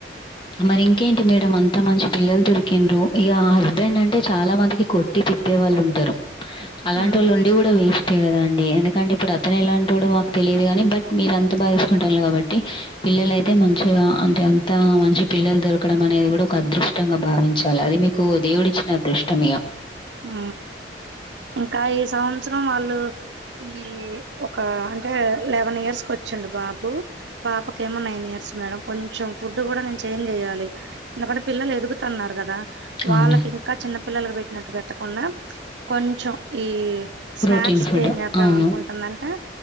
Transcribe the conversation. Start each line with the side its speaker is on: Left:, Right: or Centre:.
Left: మరి ఇంకేంటి మేడం అంత మంచి పిల్లలు దొరికిన్రు ఇగ హస్బెండ్ అంటే చాలా మందికి కొట్టి తిట్టే వాళ్ళు ఉంటారు అలాంటి
Right: ఉమ్
Left: వాళ్ళు ఉండి కూడా వేస్ తే కద అండి ఎందుకంటే ఇప్పుడు అతను ఎలా అంటాడుో మాకు తెలియదు గాని బట్ మీరు అంతా బాగాసుకుంటాళ్ళు కాబట్టి పిల్లల అయితే
Right: ఉమ్
Left: మంచిగా అంటే అంత మంచి పిల్లలు దొరకడం అనేది కూడా ఒక అదృష్టంగా భావించాలి అది మీకు దేవుడి ఇచ్చిన అదృష్టం మిగ
Right: ఆ ఇంకా ఈ సంవత్సరం వాళ్ళు ఈ ఒక అంటే లెవెన్ ఇయర్స్ తీసుకొచ్చండు బాబు పాపకేమో నైన్ ఇయర్స్ మేడం కొంచెం ఫుడ్ కూడా నేను చేంజ్ చెయాలి ఎందుకంటే పిల్లలు ఎదుగుతున్నారు కదా వాళ్ళకి
Left: అవును.
Right: ఇంకా చిన్న పిల్లలకి పెట్టినట్టు పెట్టకుండా కొంచెం ఈ స్నాక్స్
Left: ప్రోటీన్ ఫుడ్.
Right: చేంజ్ చేద్దాం
Left: అవును.
Right: అనుకుంటునంటే